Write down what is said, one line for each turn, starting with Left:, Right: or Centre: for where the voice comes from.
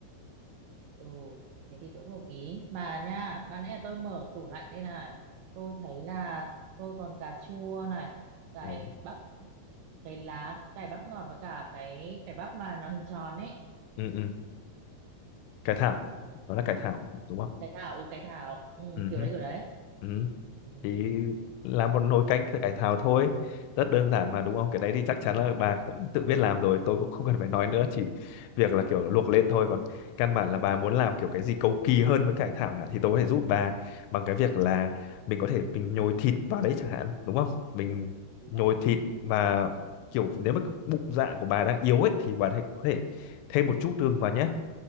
Right: Ừ, thế thì tôi cũng đồng ý. Mà nha, ban nãy là tôi mở tủ lạnh đây này. Tôi thấy là tôi còn cà chua này, cải
Left: ừ
Right: bắp, cái lá, cải bắp ngọt với cả cái cải bắp mà nó hình tròn ấy.
Left: ừ, ừ. cải thảo nó là cải thảo đúng không
Right: Ừ, cái thảo, ừ cái thảo, ừ,
Left: ừ
Right: kiểu đấy kiểu đấy.
Left: ừ
Right: Ừ,
Left: thì
Right: đấy,
Left: là một nồi canh cải thảo thôi rất đơn giản mà đúng không cái đấy thì chắc chắn là bà cũng tự biết làm rồi tôi cũng không cần phải nói nữa chỉ việc là kiểu luộc lên thôi còn căn bản là bà muốn làm kiểu cái gì cầu kỳ hơn với cải thảo nhỉ? thì tôi có thể giúp bà bằng cái việc là
Right: ừ,
Left: mình có thể mình nhồi thịt vào đấy chẳng hạn đúng không mình
Right: củ gì
Left: nhồi
Right: đã.
Left: thịt mà kiểu nếu mà bụng dạ của bà đang yếu ấy thì bà thể- có thể
Right: Ừ,
Left: thêm một chút gừng vào nhé